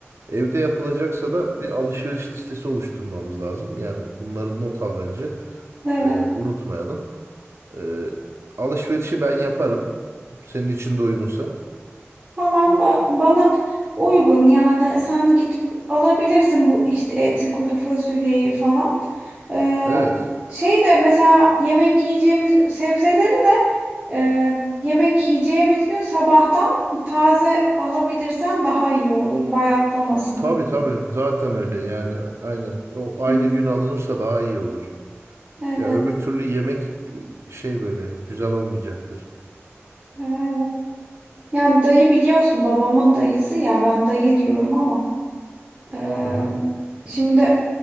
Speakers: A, on the right; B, on the right.
A: Evde yapılacaksa da bir alışveriş listesi oluşturmamız lazım. Yani bunları not al bence.
B: evet.
A: Ee, unutmayalım. Ee, alışverişi ben yaparım. Senin için de uygunsa.
B: Tamam ba- bana uygun yani sen gidip alabilirsin bu işte eti kuru fasulyeyi falan. Ee,
A: Evet.
B: şey de mesela yemek yiyeceğimiz gü- sebzeleri de e, yemek yiyeceğimiz gün sabahtan taze alabilirsen daha iyi olur bayatlamasın.
A: Tabii tabii. Zaten öyle yani. Aynen. O aynı
B: <laughs> Hı.
A: gün alınırsa daha iyi olur.
B: Evet,
A: Ya öbür türlü yemek e, şey böyle güzel olmayacaktır.
B: evet. Yani dayı biliyorsun babamın dayısı ya ben dayı diyorum ama e,
A: Hı hı.
B: şimdi